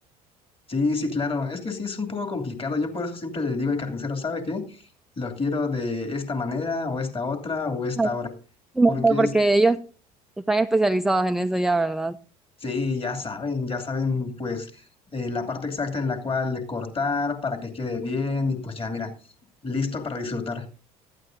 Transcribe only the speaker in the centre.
Ah,
sí,
mejor, Porque
ellos están especializados en eso ya, ¿verdad?